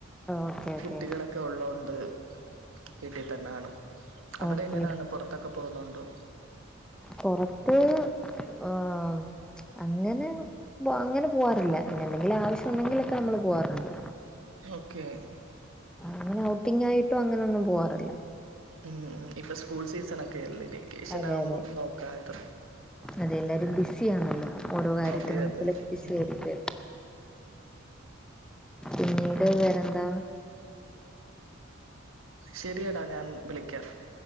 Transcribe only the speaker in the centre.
ഓക്കെ ഓക്കെ
ഓക്കെ
പൊറത്ത് ആഹ് അങ്ങനെ ബോ അങ്ങനെ പോവാറില്ല. പിന്നെ, എന്തെങ്കിലും ആവശ്യം ഉണ്ടെങ്കിലൊക്കെ നമ്മള് പോവാറുണ്ട്.
അങ്ങനെ ഔട്ടിംഗ ആയിട്ടും അങ്ങനെ ഒന്നും പോവാറില്ല.
അതെ
അതെ
അതെ, എല്ലാരും ബിസി ആണല്ലോ ഓരോ കാര്യത്തിലും
പിന്നെ ബിസി
ആയിരിക്ക്. പിന്നീട് വേറെന്താ?